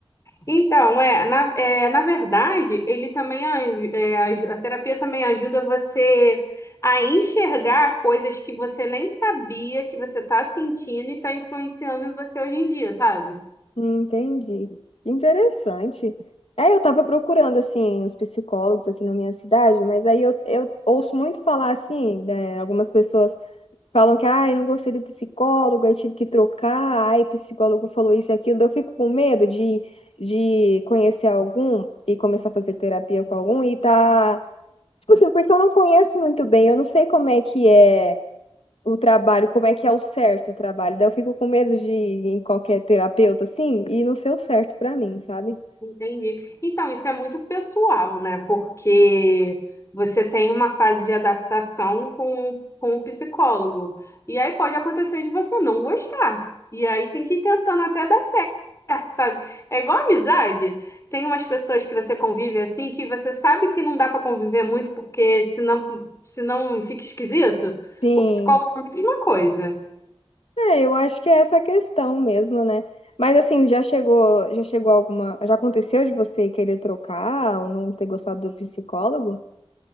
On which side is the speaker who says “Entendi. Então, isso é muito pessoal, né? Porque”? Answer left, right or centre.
Left